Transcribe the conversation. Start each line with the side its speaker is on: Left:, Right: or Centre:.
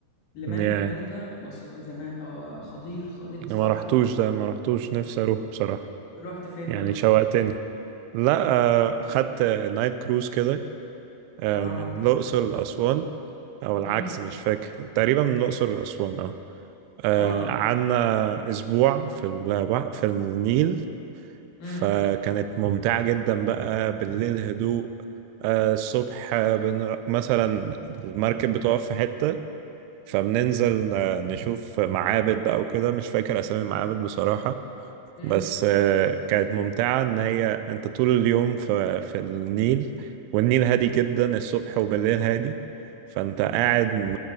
Left: لملك
Right: يعني
Left: وملكة مصر زمان اه خطير خطير بصراحة
Right: ما رحتوش ده ما رحتوش نفسي اروح بصراحة
Left: رحت فين
Right: يعني
Left: قول لي
Right: شوقتني لا آه
Left: رحت فين
Right: خدت نايت كروز كده آه
Left: اه
Right: من الأقصر لأسوان أو العكس
Left: امم
Right: مش فاكر تقريبا من الأقصر لأسوان اه آه،
Left: اه اه
Right: قعدنا أسبوع في البحر في النيل
Left: امم
Right: فكانت ممتعة جدا بقى بالليل هدوء آه، الصبح آه، بن... مثلا المركب بتقف في حتة فبننزل آه، نشوف معابد بقى وكده مش فاكر أسامي المعابد بصراحة
Left: امم
Right: بس آه، كانت ممتعة إن هي أنت طول اليوم في, في النيل والنيل هادي جدا الصبح وبالليل هادي فأنت قاعد م-